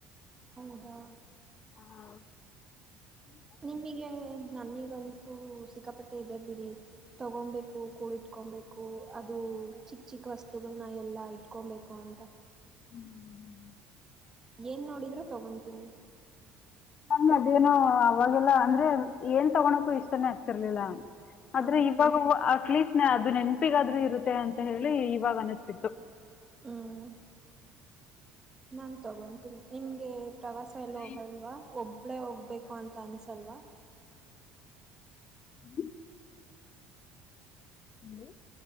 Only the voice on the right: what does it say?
ಹೌದಾ
ನಿಮಗೆ ನನ್ನಿಗಂತೂ ಸಿಕ್ಕಾಪಟ್ಟೆ ಇದೆ ಬಿಡಿ ತಗೊಂಬೇಕು ಕೂಡಿ ಇಟ್ಕೊಬೇಕ್ ಅದು ಚಿಕ್ಕ ಚಿಕ್ಕ ವಸ್ತುಗಳನ್ನ ಎಲ್ಲಾ ಇಟ್ಕೊಬೇಕು ಅಂತ
ಏನ್ ನೋಡಿದ್ರು ತಗೊತೀನಿ
ಹಾ
ಹ್ಮ್ ನಾನ್ ತಗೊಂತೀನಿ ನಿಮಗೆ ಪ್ರವಾಸ ಎಲ್ಲ
ಹೋಗಲ್ವಾ ಒಬ್ಬಳೇ ಹೋಗ್ಬೇಕು ಅಂತ ಅನ್ಸಲ್ವಾ